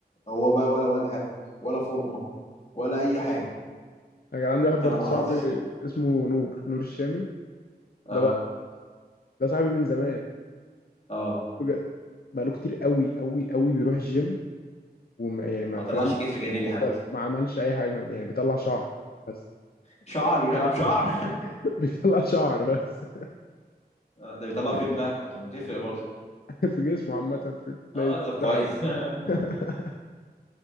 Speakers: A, on the left; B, on the left.
A: هو بقى ولا واجهه ولا فورمه ولا اي حاجه
B: انا كان عندي واحد برضه
A: فانا ما
B: صاحبي
A: اعرفش
B: اسمه نور نور الشامي
A: اه
B: ده بقى ده صاحبي من زمان
A: اه
B: بجد. بقاله كتير قوي قوي قوي بيروح الجيم وما يعني ما
A: ما
B: فاهم
A: طلعش كتف جانبي حتى
B: ولا- ما عملش اي حاجه يعني بيطلع شعر بس
A: شعر بيروح يلعب شعر
B: <laughs> بيطلع شعر بس
A: آه، ده بيطلعوا فين بقى عشان بتفرق برضه
B: <laughs> في جسمه عامه في تلاقي
A: اه طب كويس
B: شعر كده.
A: <laughs>
B: <laughs>